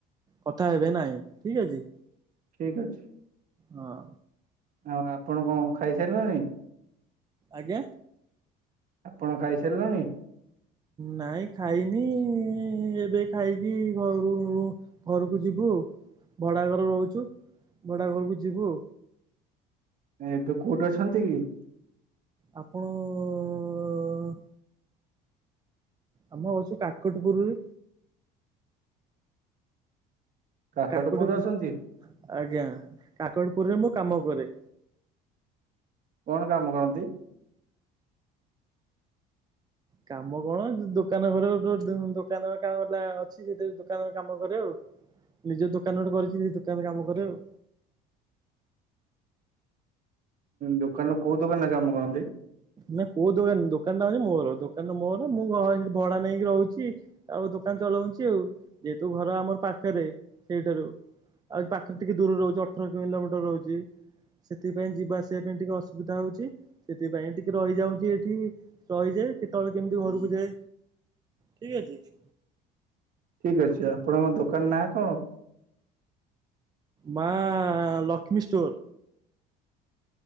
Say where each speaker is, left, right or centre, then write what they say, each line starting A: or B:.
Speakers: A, on the right (about 20°); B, on the right (about 45°).
A: କଥା ହେବେ ନାଇଁ ଠିକ ଅଛି।
B: ଠିକ୍ ଅଛି।
A: ହଁ।
B: ଆଉ ଆପଣ କଣ ଖାଇସାରିଲଣି?
A: ଆଜ୍ଞା।
B: ଆପଣ ଖାଇସାରିଲଣି?
A: ନାଇଁ ଖାଇନି ଏବେ ଖାଇକି ଘରୁରୁ ଘରକୁ ଯିବୁ ଭଡା ଘର ରହୁଛୁ ଭଡା ଘରକୁ ଯିବୁ।
B: ଏବେ କୋଉଠି ଅଛନ୍ତି କି?
A: ଆପଣ ଅ-ଅ-ଅ ଆମ ଅଛୁ କାକଟପୁରରେ।
B: କାକଟପୁରରେ
A: କାକଟପୁ
B: ଅଛନ୍ତି
A: ଆଜ୍ଞା କାକଟପୁରରେ ମୁଁ କାମ କରେ।
B: କଣ କାମ କରନ୍ତି?
A: କାମ କଣ ଦୋକାନ ଘର ଦୋକାନ କାମ ଅଛି ସେ ଦୋକାନ କାମ କରେ ଆଉ। ନିଜ ଦୋକାନ ଗୋଟେ କରିଛି ସେ ଦୋକାନରେ କାମ କରେ ଆଉ।
B: ଦୋକାନ କୋଉ ଦୋକାନରେ କାମ କରନ୍ତି?
A: ନାଁ କଉ ଦୋକାନ ଦୋ ଦୋକାନ ଟା ହଉଛି ମୋର ଦୋକାନ ଟା ମୋର ମୁଁ ଘଂ ଭଡା ନେଇକି ରହୁଛି। ଆଉ ଦୋକାନ ଚଲଉଛି ଆଉ। ଯେହେତୁ ଘର ଆମର ପାଖରେ ସେଇଠାରୁ ଆଉ ପାଖରେ ଟିକେ ଦୂର ରହୁଛି ଅଠର କିଲୋମିଟର ରହୁଛି ସେଥିପାଇଁ ଯି ଯିବା ଆସିବା ପାଇଁ ଟିକେ ଅସୁବିଧା ହଉଛି। ସେଥିପାଇଁ ଟିକେ ରହିଯାଉଛି ଏଠି ରହିଯାଏ କେତେବେଳେ କେମିତି ଘରକୁ ଯାଏ। ଠିକ୍ ଅଛି।
B: ଠିକ୍ ଅଛି ଆପଣଙ୍କ ଦୋକାନ ନାଁ କଣ?
A: ମା ଲକ୍ଷ୍ମୀ ଷ୍ଟୋର।